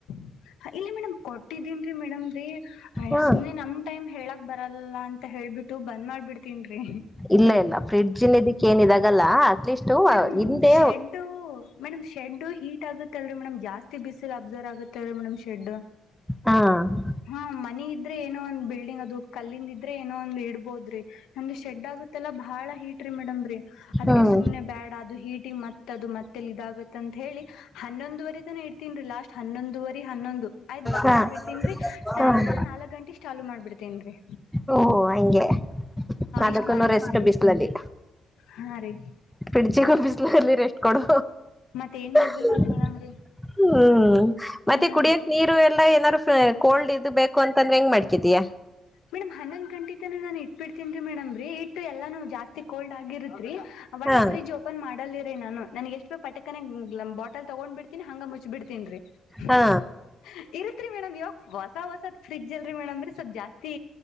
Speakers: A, on the left; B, in the centre.
A: <inaudible> ಇಲ್ಲ ಮೇಡಮ್ ಕೊಟ್ಟಿದ್ದೀನ್ರಿ ಮೇಡಮ ರೀ ಎ
B: ಹ
A: ಸುಮ್ನೆ ನಮ ಟೈಮ್ ಹೇಳಕ್ ಬರಲ್ಲ ಅಂತ ಹೇಳೇಳ್ಬಿಟ್ಟು ಬಂದ್ ಮಾಡ್ಬಿಡ್ತನ್ರಿ
B: ಇಲ್ಲ ಇಲ್ಲ ಫ್ರಿಡ್ಜ್ಲ್ ಇದಕ್ಕೆ ಏನಿದಾಗಲ್ಲ ಅಟ್ಲೀಸ್
A: ಮೇಡಮ್
B: ಹಿಂದೆ
A: ಶೆಡ್ ಮೇಡಮ್ ಶೆಡು ಹೀಟ್ ಆಗುತ್ತಲ್ರರಿ ಮೇಡಮ್ ಜಾಸ್ತಿ ಬಿಸಿಲ್ ಅಬ್ಸರ್ವ್ ಆಗುತ್ತಲ್ರಿ ಮೇಡಮ್ ಶೆಡ್
B: ಹ್ಮ್
A: ಹಾ ಮನ ಇದ್ದ ಇದ್ರೆ ಏನೋ ಒಂದ್ ಬಿಲ್ಡಿಂಗ್ ಅದು ಕಲ್ಲಿಂದ ಇದ್ರೆ ಏನೋ ಒಂದ ಇಡ್ಬೋದ್ರಿ. ನಮ್ಮೂ ಶೆಡ್ ಆಗುತ್ತಲ್ಲಾ ಬಾಳ ಹೀಟ್ ರಿ ಮೇಡಮ್ರೀ ಅದಕ್ಕೆ
B: ಹ್ಮ್
A: ಸುಮ್ನೆ ಬ್ಯಾಡ್ ಅದು ಹೀಟಿಂಗ್ ಮತ್ತ ಅದು ಮತ್ತೆಲ್ಲಿ ಇದಾಗತ್ತ ಅಂತ ಹೇಳಿ ಹನ್ನೊಂದುವರೆ ತನ ಇ ಹುನ್ರಿ ಲಾಸ್ಟ್ ಹನ್ನೊಂದುವರಿ ಹನ್ನೊಂದು ಆಯ್ತ್ ಬಂದ್
B: ಹಾ
A: ಮಾಡ್ಬಿಡ್ತೀನ್ ರೀ ಸಾಯಂಕಾಲ
B: ಹ್ಮ್
A: ನಾಲ್ಕಕ್ ಗಂಟೆ ಚಾಲು ಮಾಡಿಬಿಡ್ತೇನ ರೀ.
B: ಓ ಹಂಗೆ ಅದಕ್ಕ
A: ಇಷ್ಟ್ ಮಾಡ್ಬಿಡ್ತೇನ್ರಿ
B: ರೆಸ್ಟ್ ಬೀಿಸಲಲ್ಲಿ.
A: ಹಾ ರೀ
B: ಫ್ರಿಜ್ ಗು ಬಿಸಲ್ಲಿ ರೆಷ್ಟ ಕೊಡು.
A: ಮತ್ ಏನ್
B: <unintelligible>
A: ಮಾಡ್ಬೇಕ್ರಿ ಮೇಡಮ್ರೀ
B: ಹ್ಮ್ ಮತ್ತೆ
A: ಹ್ಮ್
B: ಕುಡಿಯಕ್ಕೆ ನೀರು ಎಲ್ಲಾ ಏನಾದ್ರು ಕೋಲ್ಡ್ ಇದು ಬೇಕು ಅಂತಂದ್ರೆ ಹೆಂಗ ಮಾಡ್ಕಿದೀಯಾ.
A: ಮೇಡಮ ಹನ್ನೊಂದ್ ಗಂಟೆ ತನ ನಾನ್ ಇಟ್ಬಿಡ್ತೀನ್ ರೀ ಮೇಡಮ್ ರೀ ಇಟ್ಟು ಎಲ್ಲಾನ ಜಾಸ್ತಿ ಕೋಲ್ಡ್ ಆಗಿರತ್ರಿ. ವಟ
B: ಹಾ
A: ಫ್ರಿಜ್ ಓಪನ್ ಮಾಡಲ್ರಿ ನಾನು ನನ್ಗೆ ಎಷ್ಟ ಪಟಕನ ಬಾಟಲ್ ತಗೊಂಡ್ ಬಿಡ್ತೀನಿ ಹಂಗ ಮುಚ್ಬ ಬಿಿಡ್ತನ್ರಿ <unintelligible>
B: ಹಾ
A: ಇರತ್ರಿ ಮೇಡಮ್ ಇವಾಗ ಹೊಸ ಹೊಸದ ಫ್ರಿಜ್ ಅಲ್ರರಿ ಮೇಡಮ್ ಸ್ವಲ್ ಜಾಸ್ತಿ